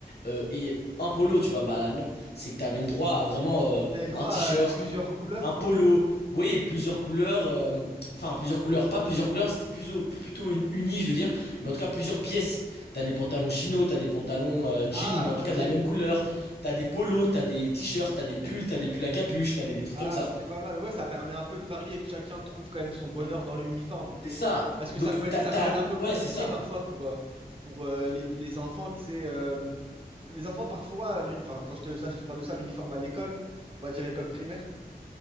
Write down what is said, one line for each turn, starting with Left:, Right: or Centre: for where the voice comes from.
Left: euh, et un polo, tu vois. Bah non, c'est que t'avais le droit à vraiment euh,
Right: Et t'avais le droit
Left: un t-shirt,
Right: à plusieurs couleurs?
Left: un polo. Vous voyez, plusieurs couleurs. euh, hmm, Enfin, plusieurs couleurs, pas plusieurs couleurs, c'était plutôt, plutôt une- uni, je veux dire. Mais en tout cas, plusieurs pièces. T'as des pantalons chino, t'as des pantalons euh, jeans,
Right: Ah,
Left: mais en tout
Right: ok.
Left: cas de la même couleur. T'as des polos, t'as des t-shirts, t'as des pulls, t'as des pulls à capuche, t'avais des trucs
Right: Ah,
Left: comme ça.
Right: c'était pas mal. Ouais, ça permet un peu de varier et que chacun trouve quand même son bonheur dans l'uniforme.
Left: C'est ça.
Right: Parce que
Left: Donc,
Right: ça peut être,
Left: t'as,
Right: ça
Left: t'as-
Right: peut être un peu
Left: Ouais,
Right: compliqué
Left: c'est ça.
Right: parfois pour, euh, pour euh, les, les enfants que c'est. euh, les enfants, parfois, l'uni- enfin, quand je te, ça, je te parle de ça, l'uniforme à l'école, on va dire école primaire,